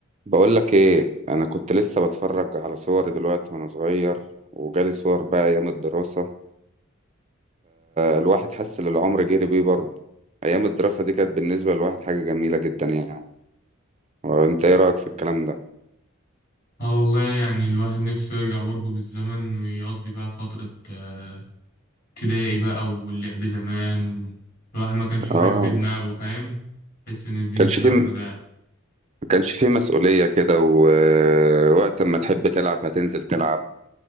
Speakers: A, on the right (about 30°); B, on the left (about 45°).
A: بقول لك ايه انا كنت لسه بتفرج على صوري دلوقتي وانا صغير وجالي صور بقى ايام الدراسة الواحد حس ان العمر جري بيه برضه ايام الدراسة دي كانت بالنسبة للواحد حاجة جميلة جدا يعني هو انت ايه رأيك في الكلام ده
B: اه والله يعني الواحد نفسه يرجع برضه بالزمن ويقضي بقى فترة آه، ابتدائي بقى واللعب زمان و- الواحد ما كانش فيه
A: اه
B: حاجة في دماغه فاهم تحس إن الدنيا
A: كانش
B: سلاحنا
A: فيه
B: ده
A: كانش فيه مسؤولية كده ووقت ما تحب تلعب هتنزل تلعب